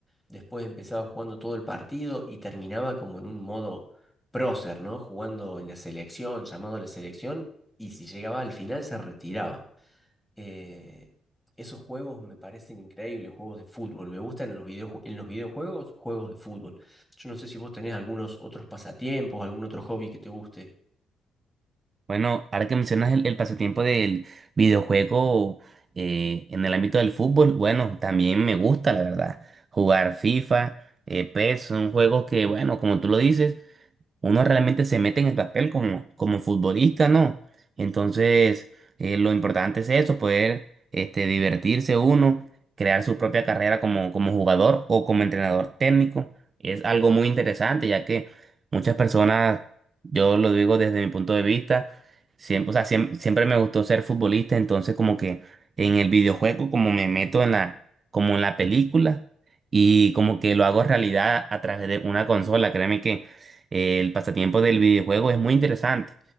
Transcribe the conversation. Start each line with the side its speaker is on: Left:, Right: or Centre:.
Centre: después empezaba jugando todo el partido y terminaba como en un modo prócer, ¿no? Jugando en la selección, llamado a la selección, y si llegaba al final se retiraba. Eh, esos juegos me parecen increíbles, juegos de fútbol. Me gustan en los videoju- en los videojuegos, juegos de fútbol. Yo no sé si vos tenés algunos otros pasatiempos, algún otro hobby que te guste.
Right: Bueno, ahora que mencionas el, el pasatiempo del videojuego eh, en el ámbito del fútbol, bueno, también me gusta la verdad jugar FIFA, eh, PES, son juegos que bueno, como tú lo dices uno realmente se mete en el papel como, como futbolista, ¿no? Entonces, eh, lo importante es eso, poder este, divertirse uno, crear su propia carrera como, como jugador o como entrenador técnico. Es algo muy interesante, ya que muchas personas, yo lo digo desde mi punto de vista, siempre, o sea, siem- siempre me gustó ser futbolista, entonces como que en el videojuego, como me meto en la, como en la película y como que lo hago realidad a través de una consola, créeme que el pasatiempo del videojuego es muy interesante.